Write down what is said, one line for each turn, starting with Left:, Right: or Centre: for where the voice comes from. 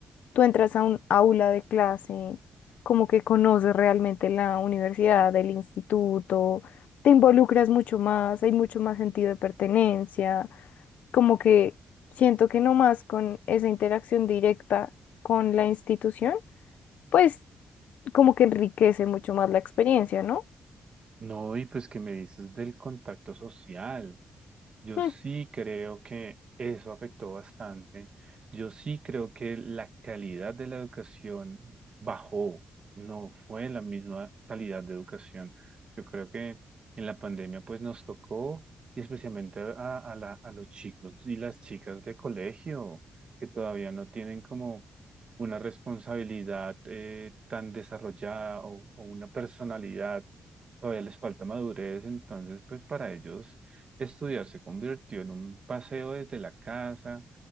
Left: tú entras a un aula de clase, como que conoces realmente la universidad, el instituto, te involucras mucho más, hay mucho más sentido de pertenencia, como que siento que no más con esa interacción directa con la institución, pues como que enriquece mucho más la experiencia, ¿no?
Right: No, y pues qué me dices del contacto social. Yo
Left: Mm,
Right: sí creo que eso afectó bastante. Yo sí creo que la calidad de la educación bajó. No fue la misma calidad de educación. Yo creo que en la pandemia pues nos tocó, y especialmente a, a la- a los chicos y las chicas de colegio, que todavía no tienen como una responsabilidad eh, tan desarrollada o o una personalidad. Todavía les falta madurez, entonces pues para ellos Estudiar se convirtió en un paseo desde la casa